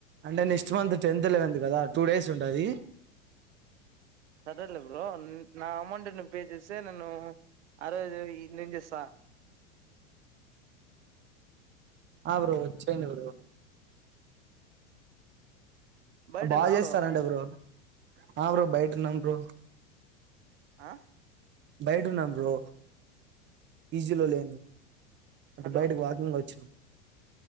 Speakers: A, on the right; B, on the right.
A: అంటే next month tenth eleventh కదా టూ డేస్ ఉంటది
B: సరేలే బ్రో నా అమౌంట్ ని పే జేసే నన్ను అరోజు ఈడ్నించిస్సా
A: ఆ బ్రో వచ్చేయండి బ్రో
B: బయట
A: బా
B: ఉన్నావా
A: చేస్తారంట బ్రో ఆ బ్రో బయటున్నాం బ్రో
B: ఆ
A: బయటున్నాం బ్రో పీజీలో లేను అంటే
B: హలో
A: బయటకి వాకింగ్ వచ్చినం